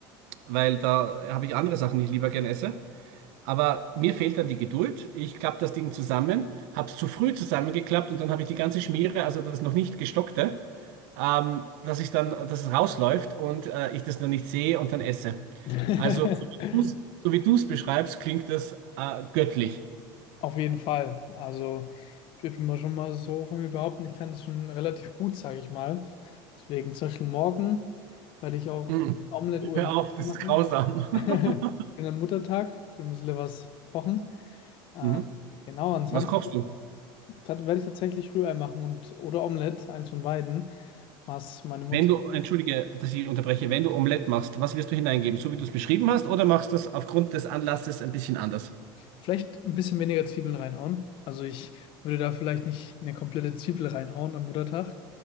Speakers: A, on the right; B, on the left.
A: weil da habe ich andere Sachen, die ich lieber gern esse. Aber mir fehlt dann die Geduld. Ich klappe das Ding zusammen, habe es zu früh zusammengeklappt und dann habe ich die ganze Schmiere, also das noch nicht gestockte ähm, dass ich dann, dass es rausläuft und äh, ich das noch nicht sehe und dann esse.
B: <laughs>
A: Also, so wie du's, so wie du es beschreibst, klingt das äh, göttlich.
B: Auf jeden Fall. Also ich würde mal schon mal so von mir behaupten, ich kann das schon relativ gut, sage ich mal. Deswegen zum Beispiel morgen werde ich auch
A: Mhm.
B: ein Omelett oder
A: Hör
B: ein Rührei
A: auf, das
B: machen.
A: ist grausam.
B: <laughs>
A: <laughs>
B: Schönen Muttertag, schön ein bisschen was kochen. Äh,
A: Mhm.
B: genau, ansonsten
A: Was kochst du?
B: tat- werde ich tatsächlich Rührei machen und oder Omelett, eins von beiden, was meine Mutter
A: Wenn du, entschuldige, dass ich unterbreche, wenn du Omelette machst, was wirst du hineingeben? So wie du es beschrieben hast, oder machst du es aufgrund des Anlasses ein bisschen anders?
B: vielleicht ein bisschen weniger Zwiebeln reinhauen. Also ich würde da vielleicht nicht eine komplette Zwiebel reinhauen am Muttertag.